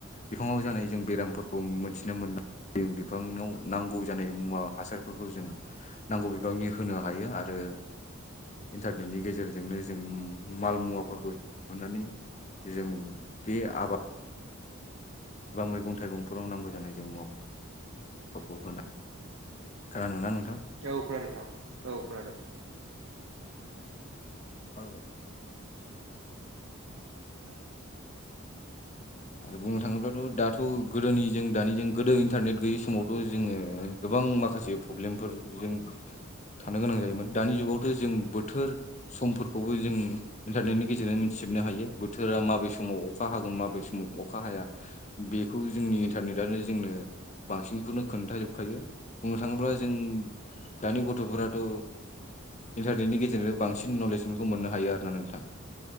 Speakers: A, on the left; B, on the right.
A: बिफाङाव जानाय जों बेरामफोरखौ मोनथिनो मोन जों बिफांङाव नांगौ जानाय मुवा हासारफोरखौ जों नांगौ बिबांनि होनो हायो आरो इन्टारनेटनि गेजेरजोंनो जों माल मुवाफोरखौ सुहनानै जों बे आबाद बा मैगं थाइगंफोराव नांगौ जानाय जों मुवाखौ <unintelligible> खोनादोंना नोंथां?
B: औ खोनादों नोंथां औ खोनादों
A: औ
B: <inaudible>
A: आरो बुंनो थाङोब्लाथ' दाथ' गोदोनि जों दानिजों गोदो इन्टारनेट गैयै समावथ' जोङो गोबां माखासे प्रब्लेमफोर जों थानो गोनां जायोमोन दानि जुगावथ' जों बोथोर समफोरखौबो जों इन्टारनेटनि गेजेरजों मिथिजोबनो हायो बोथोरा माबे समाव अखा हागोन माबे सम अखा हाया बेखौ जोंनि इन्टारनेटानो जोंनो बांसिनखौनो खोन्थाजोबखायो बुंनो थाङोब्ला जों दानि गथ'फोराथ' इन्टारनेटनि गेजेरजों बांसिन नलेज मोननो हायो आरोना नोंथां